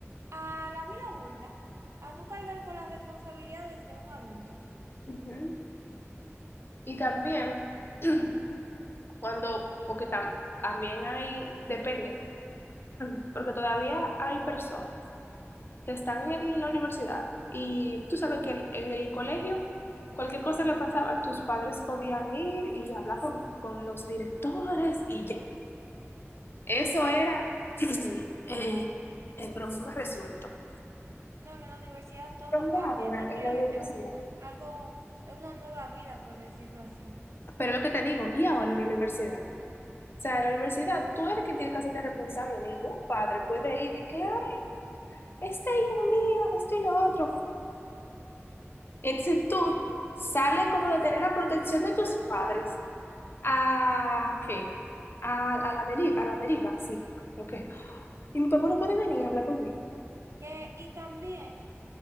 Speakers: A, on the right; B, on the left.
A: a la vida adulta, a tú cargar con las responsabilidades de un adulto.
B: Ujú. Y también, <clears throat> cuando, porque tam- también hay, depende, <clears throat> porque todavía hay personas que están en la universidad y tú sabes que en, en el colegio, cualquier cosa que pasaban, tus padres podían ir y hablar con, con los directores y ya. Eso era <clears throat> eh, el problema resuelto.
A: No, en la universidad todo
B: ¿Dónde
A: cambia.
B: ahora?
A: Es
B: En
A: que
B: la universidad.
A: es un, algo, es una nueva vida, por decirlo así.
B: Pero lo que te digo, y ahora en la universidad. O sea, en la universidad, tú eres el que tiene que hacerte responsable. Ningún padre puede ir y que, ay, este hijo mío, esto y lo otro. Entonces tú sales como de tener la protección de tus padres a, ¿qué? A, a la deriva, a la deriva, sí. Ok. Y mi papá no puede venir a hablar por mí.
A: Que, y también,